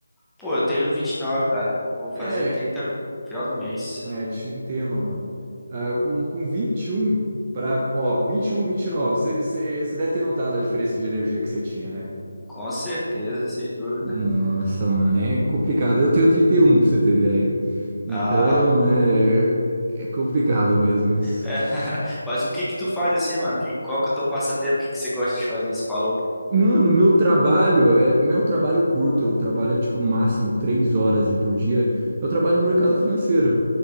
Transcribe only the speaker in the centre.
Pô, eu tenho 29, cara. Vou
fazer 30 no final do mês.
Com certeza, sem dúvida.
Ah,
é. <laughs> Mas o que que tu faz assim, mano? O que- Qual que é o teu passatempo? O que que você gosta de fazer? Você falou,